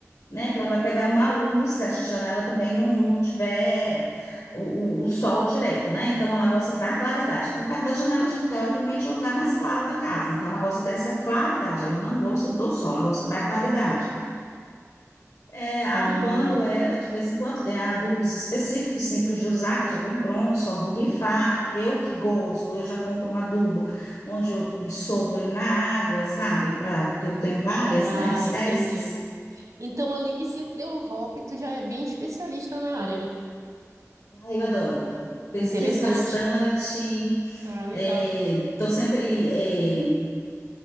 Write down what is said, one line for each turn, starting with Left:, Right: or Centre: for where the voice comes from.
Left: né? Que ela vai pegar uma luz, se essa janela também não, não tiver o, o, o sol direto, né? Então ela gosta da claridade. Então, perto da janela, a gente, teoricamente, é o lugar mais claro da casa. Então, ela gosta dessa claridade, ela não gosta do sol, ela gosta da claridade. É, adubando
Right: Ah, en-
Left: ela de vez em quando, tem adubos específicos, simples de usar, que já vem pronto, só borrifar. Eu que gosto, eu já compro um adubo onde eu dissolvo ele na água, sabe? Pra, porque eu tenho várias,
Right: ah,
Left: né, espécies.
Right: entendi. Então, além de ser teu hobby, tu já é bem especialista na área, né?
Left: Ah, eu adoro. Pesquiso
Right: Interessante.
Left: bastante,
Right: Ah, legal.
Left: estou sempre é,